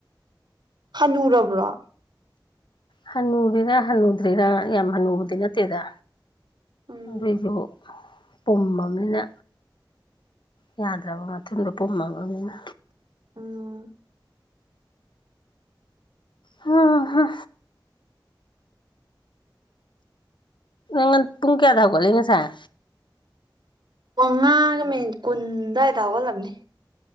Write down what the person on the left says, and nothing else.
ꯍꯟꯅꯨꯔꯤꯔꯥ ꯍꯟꯅꯨꯗ꯭ꯔꯤꯔꯥ ꯌꯥꯝ ꯍꯟꯅꯨꯕꯗꯤ ꯅꯠꯇꯦꯗ
ꯑꯗꯩꯖꯨ ꯄꯨꯝꯃꯥꯕꯅꯤꯅ ꯌꯥꯗ꯭ꯔꯥꯕ ꯃꯊꯨꯡꯗ ꯄꯨꯝꯃꯥꯕꯅꯤꯅ
ꯍ ꯍ ꯉꯟ ꯄꯨꯡ ꯀꯌꯥꯗ ꯍꯧꯒꯠꯂꯤ ꯉꯁꯥꯏ